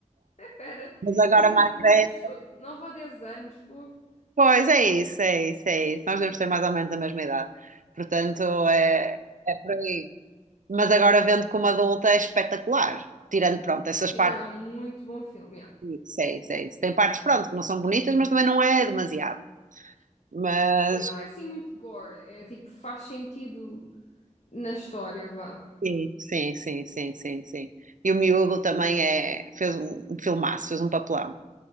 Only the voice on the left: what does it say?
<laughs> Era,
eu tinha
tipo
uns 9 ou 10 anos. fogo.
Sim,
não, é um muito bom filme. yeah.
Sim, não é assim muito gore. É tipo, faz sentido na história, vá.